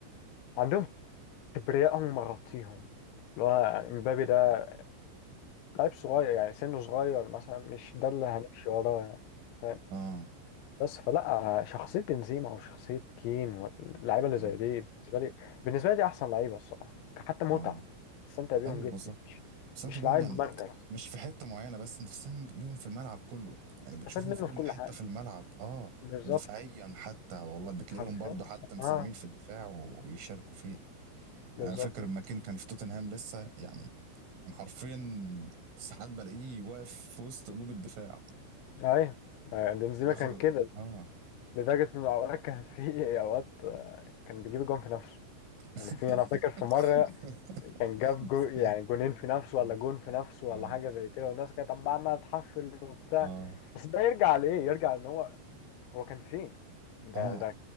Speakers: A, on the left (about 85°); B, on the right (about 70°).
A: عندهم كبرياء هم مغطيهم اللي هو امبابي ده لعيب صغير يعني سنه صغير مثلا مش ده اللي هنمشي وراه يعني فاهم
B: اه
A: بس فلا شخصية بنزيما أو شخصية كين واللعيبة اللي
B: اه
A: زي دي بالنسبة لي بالنسبة لي دي أحسن لعيبة الصراحة حتى متعة
B: اه
A: استمتع بيهم
B: ايوه
A: جدا
B: بالظبط
A: مش
B: بس انت
A: مش
B: بيهم
A: لعيب
B: يعني
A: مركز
B: مش في حته معينه بس انت بتساهم بيهم في الملعب كله يعني
A: استفاد
B: بتشوفهم
A: منه
B: في كل
A: في كل
B: حته
A: حاجة
B: في الملعب اه
A: بالظبط
B: ودفاعيا حتى والله بتلاقيهم
A: حرفيا
B: برضه حتى مساهمين
A: اه
B: في الدفاع ويشاركوا فيه
A: بالظبط
B: انا فاكر لما كين كان في توتنهام لسه يعني كان حرفيا ساعات بلاقيه واقف في وسط قلوب الدفاع
A: أيوه آه، بنزيما
B: بياخد
A: كان كده
B: اه
A: لدرجة إن أوقات كان في أوقات آه، كان بيجيب جون في نفسه
B: <laughs>
A: يعني في أنا فاكر في مرة كان جاب جو يعني جونين في نفسه ولا جون في نفسه ولا
B: اه اه
A: حاجه زي كده والناس كانت عماله عمالة تحفل وبتاع
B: اه
A: بس ده يرجع لايه؟ يرجع ان هو هو كان فين؟ ده
B: اه
A: ده